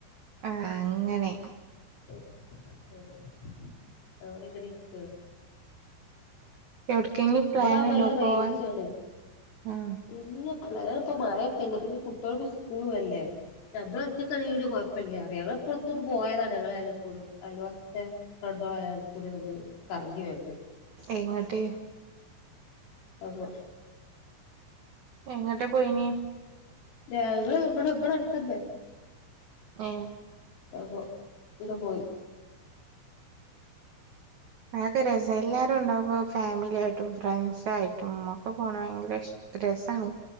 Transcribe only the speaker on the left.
ആഹ് ആഹ് ഞാൻ ഇവിടെങ്ങനെ ഇരിക്കാണ്
ഇബടാവുമ്പോ
നല്ല
റേഞ്ചാണ്
ഇല്ല പ്ലാന് ഇപ്പ മഴൊക്കെല്ലെ പിന്നെ ഈ കുട്ട്യാൾക്ക് സ്കൂളും അല്ലേ നമ്മള് ഒറ്റക്കണേ ഒരു കുഴപ്പല്ല <unintelligible> ഇപ്പടുത്തൊന്ന് പോയതാണ് ഞങ്ങളെ <unintelligible> അയൽവാസിത്തെ <unintelligible> കൂടെ ഒന്ന് കറങ്ങി വന്ന്
അപ്പോ
ഞങ്ങള് ബടെ ബടെ അട്ത്തെ ന്നെ.
അപ്പോ അവിടെ പോയി.